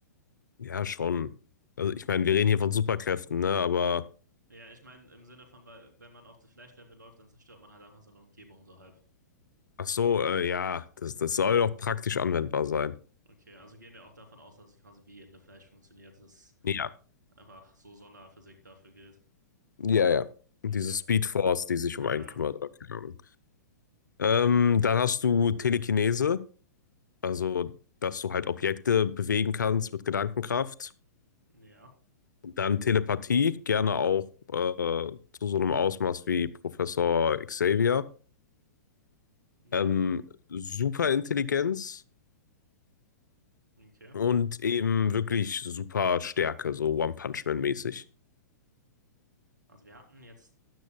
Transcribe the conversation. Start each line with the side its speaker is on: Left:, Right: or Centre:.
Left: Ja, schon. Also ich meine, wir reden hier von Superkräften, ne? Aber
Right: Ja, ich meine im Sinne von, weil wenn man auf The Flash-Level läuft, dann zerstört man halt einfach so eine Umgebung so halb.
Left: Ach so, äh, ja, das, das soll doch praktisch anwendbar sein.
Right: Okay, also gehen wir auch davon aus, dass es quasi wie in The Flash funktioniert, dass
Left: Ja.
Right: einfach so Sonderphysik dafür gilt.
Left: Ja, ja. Diese
Right: Okay.
Left: Speed Force, die sich
Right: Äh,
Left: um einen kümmert, oder keine Ahnung. Ähm, dann hast du Telekinese, also dass du halt Objekte bewegen kannst mit Gedankenkraft.
Right: ja,
Left: Dann Telepathie, gerne auch äh, zu so einem Ausmaß wie Professor Xavier.
Right: ja,
Left: Ähm, Superintelligenz
Right: ja, okay.
Left: und eben wirklich super Stärke, so One-Punch-Man-mäßig.
Right: Also wir hatten jetzt,